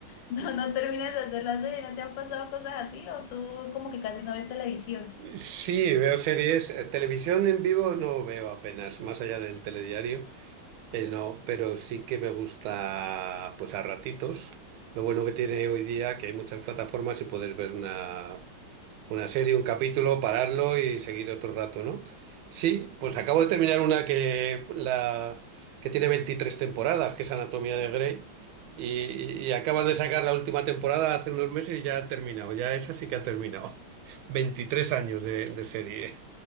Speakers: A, on the left; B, on the right.
A: no, no terminas de hacer la serie, ¿no te han pasado cosas así? ¿O tú como que casi no ves televisión?
B: Sí, veo series. Eh, Televisión en vivo no veo apenas, más allá del telediario. Eh, no, pero sí que me gusta, pues a ratitos. Lo bueno que tiene hoy día que hay muchas plataformas y puedes ver una, una serie, un capítulo, pararlo y seguir otro rato, ¿no? Sí, pues acabo de terminar una que, la, que tiene 23 temporadas, que es Anatomía de Grey, y, y acaban de sacar la última temporada hace unos meses y ya ha terminado, ya esa sí que ha terminado. <laughs> Veintitrés años de, de serie.